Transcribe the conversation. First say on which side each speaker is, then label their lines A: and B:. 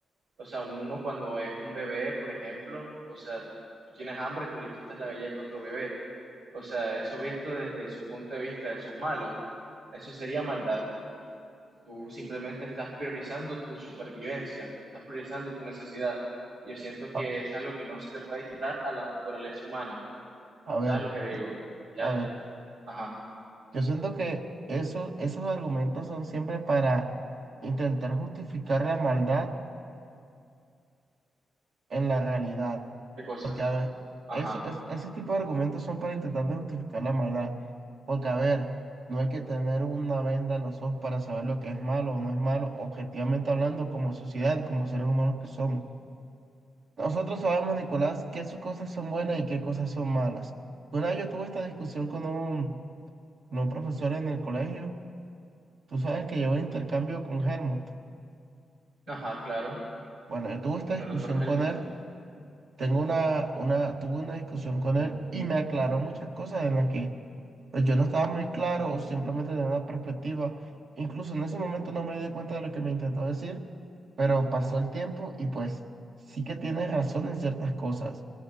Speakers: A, on the right; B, on the right.
A: O sea, uno cuando es un bebé, por ejemplo, o sea, tú tienes hambre, tú le quitas la galleta a otro bebé. O sea, eso visto desde su punto de vista, eso es malo. Eso sería maldad. Tú simplemente estás priorizando tu supervivencia, estás priorizando tu necesidad. Yo siento que
B: A,
A: eso es lo que no se le puede quitar a la naturaleza humana.
B: a
A: ¿Sabes
B: ver,
A: lo que digo? Ya,
B: a ver.
A: ajá,
B: Yo siento que eso, esos argumentos son siempre para intentar justificar la maldad en la realidad.
A: ¿qué cosa?
B: Porque, a ver,
A: Ajá,
B: eso, es- esos tipos de argumentos son para intentar de justificar la maldad. Porque, a ver, no hay que tener una venda en los ojos para saber lo que es malo o no es malo, objetivamente hablando, como sociedad y como seres humanos que somos. Nosotros sabemos, Nicolás, qué sus cosas son buenas y qué cosas son malas. Una vez yo tuve esta discusión con un, con un profesor en el colegio Tú sabes que llevo intercambio con Helmut.
A: ajá, claro.
B: Bueno, yo tuve esta discusión
A: El doctor Helmut.
B: con él, tengo una, una, tuve una discusión con él y me aclaró muchas cosas en las que pues yo no estaba muy claro o simplemente tenía una perspectiva. Incluso en ese momento no me di cuenta de lo que me intentó decir, pero pasó el tiempo y pues sí que tiene razón en ciertas cosas.